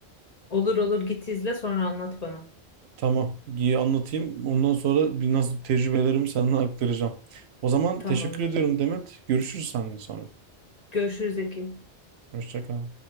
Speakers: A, on the left; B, on the right.
A: Olur olur git izle sonra anlat bana.
B: Tamam. İyi anlatayım. Ondan sonra bir nasıl tecrübelerimi sana aktaracağım. O zaman
A: Tamamdır.
B: teşekkür ediyorum Demet. Görüşürüz seninle sonra.
A: Görüşürüz Eki.
B: Hoşça kal.